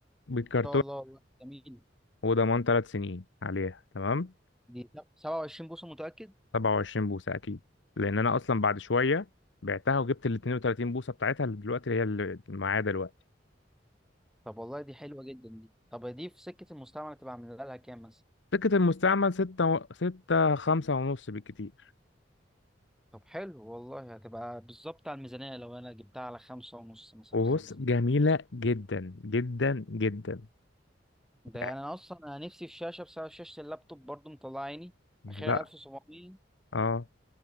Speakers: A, on the left; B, in the centre.
A: بالكرتون
B: إن شاء الله والله جميل
A: وضمان ثلاث سنين عليها تمام
B: دي سبعة وعشرين بوصة متأكد
A: 27 بوصة اكيد لان انا اصلا بعد شوية بعتها وجبت ال 32 بوصة بتاعتها اللي دلوقتي هي اللي معايا دلوقتي
B: طب والله دي حلوة جدا دي طب دي في سكة المستعمل تبقى عاملة لها كام مثلا
A: سكة المستعمل ستة و... ستة خمسة ونص بالكتير
B: طب حلو والله هتبقى بالظبط على الميزانية لو أنا جبتها على خمسة ونص مثلا
A: وبص
B: خمسة
A: جميلة جدا جدا جدا
B: ده يعني
A: يعني
B: أنا أصلا أنا نفسي في شاشة بسبب شاشة اللابتوب برضو مطلع عيني
A: يعني
B: آخرها
A: لا
B: 1700
A: اه